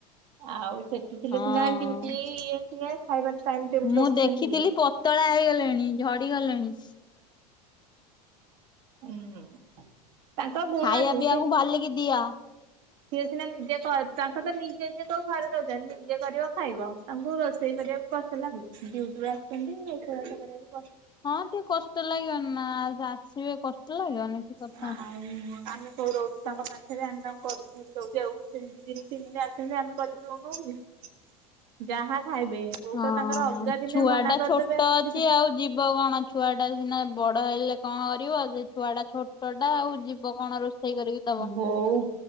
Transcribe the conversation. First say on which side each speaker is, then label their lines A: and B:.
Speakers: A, on the right (about 60°); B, on the left (about 20°).
A: ଆଉ ସେଠି ଥିଲେ
B: ହଁ।
A: ସିନା ଡୁଟି ଇଏ ସିଏ। ଖାଇବା ଟାଇମ୍ ଟେବୁଲ
B: ମୁଁ
A: ରଖୁଛନ୍ତି
B: ଦେଖିଥିଲି
A: ଇଏ।
B: ପତଳା ହେଇଗଲେଣି ଝଡିଗଲେଣି।
A: ହୁଁ ତାଙ୍କର ଗୁଣରୁ
B: ଖାଇବା ପିଇବାକୁ
A: ସେଠି
B: ଭଲିକି ଦିଅ।
A: ସିଏ ସିନା ନିଜେ ତାଙ୍କ ତ ନିଜେ ସି କୋଉ ଘରେ ରହୁଛନ୍ତି ନିଜେ କରିବ ଖାଇବ ତାଙ୍କୁ ରୋଷେଇ କରିବା। କଷ୍ଟ ଲାଗୁଛି ଡିଉଟି ବଳେ ଆସିଛନ୍ତି କରକୁ <unintelligible>
B: ହଁ ଟିକେ କଷ୍ଟ ଲାଗିବନି ନାଁ ଆସିବେ କଷ୍ଟ ଲାଗିବନି। କି କଥା।
A: ହାଁ। ହ ଆମେ କୋଉ ରହୁଛୁ ତାଙ୍କ ପାଖରେ ଆମେ ତାଙ୍କୁ କରିବି ରହୁ ଆଉ ଦି ଦିନି ତିନ ଦିନ ତମୁ ଆମେ କରିଦିବୁ କ କହୁ ଯାହା ଖାଇବେ। ବୋଉ
B: ହଁ
A: ତ ତାଙ୍କର ଅଲଗା ଦିନେ
B: ଛୁଆ
A: ମନା
B: ଟା
A: କରିଦେବେ
B: ଛୋଟ
A: କିଛି
B: ଅଛି ଆଉ ଯିବ କଣ। ଛୁଆ ଟା ସିନା ବଡ ହେଇଲେ କଣ କରିବ ସେ ଛୁଆଟା ଛୋଟ ଟା ଆଉ ଯିବ କଣ ରୋଷେଇ କରିକି ଦବ।
A: ବୋଉ